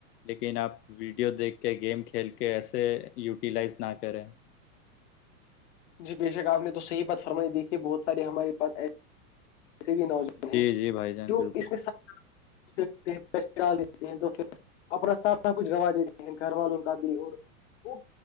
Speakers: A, on the left; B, on the left.
A: لیکن آپ ویڈیو دیکھ کے گیم کھیل کے ایسے یوٹیلائز نہ کریں
B: جی بے شک آپ نے تو صحیح بات فرمائی دییکھی ہے بہت سارے ہمارے پاس ایسے بھی نوجوان
A: جی
B: ہیں
A: جی بھائی جان
B: جو
A: بالکل
B: اس میں <unintelligible> اپنا سارا کچھ گنوا دیتے ہیں گھر والوں کا بھی وہ